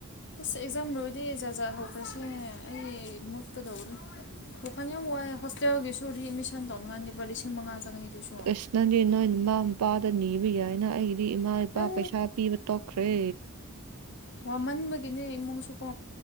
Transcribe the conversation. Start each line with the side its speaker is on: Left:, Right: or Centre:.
Left: ꯑꯦꯖꯝ ꯂꯣꯏꯗꯦ ꯍꯧꯈ꯭ꯔꯁꯦ ꯑꯩ ꯃꯨꯠꯀꯗꯧꯔꯤ ꯋꯈꯜ ꯌꯥꯝ ꯋꯥꯏꯦ ꯍꯣꯁꯇꯦꯜꯒꯤꯁꯨ ꯔꯤ ꯑꯦꯠꯃꯤꯁꯟ ꯇꯧꯅꯉꯥꯏ ꯂꯨꯄ ꯂꯤꯁꯤꯡ ꯃꯉꯥ ꯆꯪꯉꯅꯤ ꯑꯗꯨꯁꯨ
Right: ꯏꯁ ꯅꯪꯗꯤ ꯅꯣꯏ ꯢꯃꯥ ꯢꯄꯥꯗ ꯅꯤꯕ ꯌꯥꯢꯅ ꯑꯩ ꯏꯃꯥ
Left: ꯑꯦ
Right: ꯏꯄꯥ ꯄꯩꯁꯥ ꯄꯤꯕ ꯇꯣꯛꯈ꯭ꯔꯦ
Left: ꯋꯥꯃꯟꯕꯒꯤꯅꯦ ꯏꯃꯨꯡꯁꯨꯀꯣ